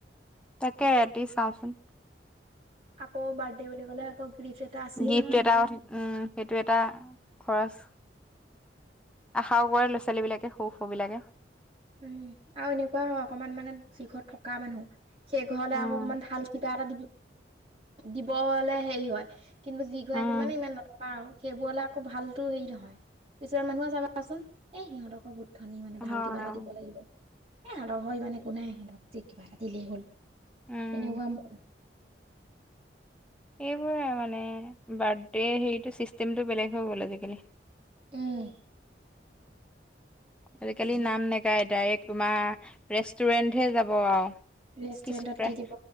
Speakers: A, in the centre; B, on the right.
A: তাকে এটি চাওচোন
B: আকৌ বাৰ্থডে বুলি ক'লে আকৌ গিফ্ট এটা আছেই
A: গিফ্ট
B: নহয়
A: এটা কথা উম সেইটো এটা খৰচ আশাও কৰে ল'ৰা ছোৱালী বিলাকে সৰু সৰু বিলাকে
B: উম আৰু এনেকুৱা হয় অকমান মানে যিঘৰত থকা মানুহ সেই ঘৰলে
A: উম
B: আকৌ অকমান ভাল কিবা এটা দিব হলে হেৰি হয় কিন্তুি ঘে
A: উম
B: মানে ইমান নথকা আৰু সেইবোৰলে আকৌ ভালতো হেৰি নহয় পিছ মানুহে চাবাচোন এ সহতক বু ধন মানে ভাল
A: হয়
B: কিবাটাতি এ লগৰ ইমান একো নাই সিক যে কিবা এটা দিলেই হ'ল
A: উম
B: তেনেকুৱা ম
A: এইেইবোৰে মানে বাৰ্থডে হেৰিটো চিষ্টেমটো বেলেগ হৈ গ'ল আজিকালি
B: উম
A: আজিকালি
B: বেলেগ
A: নাম নাগায় ডাইৰেক্ট তোমাৰ ৰেষ্টুৰেণ্টহে যাব আৱ
B: ৰেষ্টুৰেণ্টত
A: কি <unintelligible> প্ৰায়
B: দি দিব